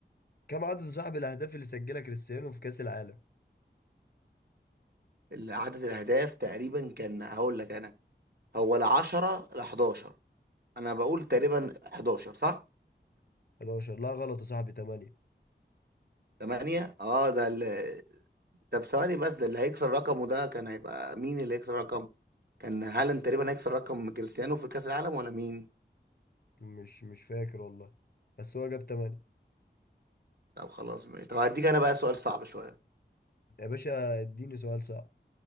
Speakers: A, on the left; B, on the right.
A: كم عدد صاحب الاهداف اللي سجلها كريستيانو في كاس العالم
B: عدد الاهداف تقريبا كان هقول لك انا هو لا 10 لا 11 انا بقول تقريبا 11 صح
A: 11 لا غلط يا صاحبي 8
B: 8 اه ده اللي طب ثواني بس ده اللي هيكسر رقمه ده كان هيبقى مين اللي هيكسر رقم كان هالاند تقريبا هيكسر رقم كريستيانو في كاس العالم ولا مين
A: مش مش فاكر والله بس هو جاب 8
B: طب خلاص ماشي طب هديك انا بقى سؤال صعب شويه
A: يا باشا اديني سؤال صعب